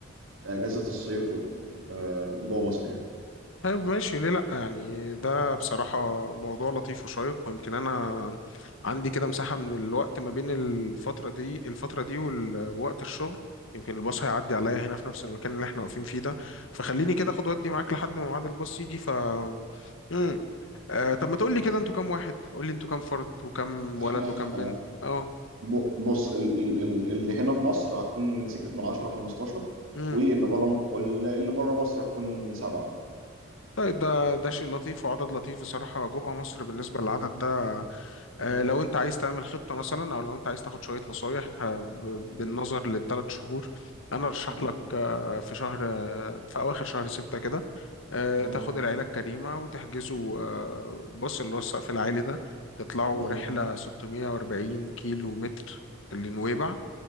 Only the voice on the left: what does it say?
طيب ماشي ليه لا يعني ده بصراحة موضوع لطيف وشيق ويمكن أنا عندي كده مساحة من الوقت ما بين الفترة دي الفترة دي ووقت الشغل يمكن الباص هيعدي عليا هنا في نفس المكان اللي احنا واقفين فيه ده فخليني كده اخد ودي معاك لحد ما ميعاد الباص يجي ف امم آه طب ما تقول لي كده انتوا كام واحد قول لي انتوا كام فرد وكم
ولد وكم بنت اه
امم
طيب ده ده شيء لطيف وعدد لطيف بصراحة جوه مصر بالنسبة للعدد ده
آه، لو انت عايز تعمل خطة مثلا او لو انت عايز تاخد شوية نصايح آه، ب- بالنظر
للثلاث شهور انا ارشح
لك آه، في شهر آه، في اواخر شهر ستة كده آه،
تاخد العيلة الكريمة وتحجزوا آه، بص اللي هو السقف العالي ده تطلعوا
رحلة 640 كيلو متر لنويبع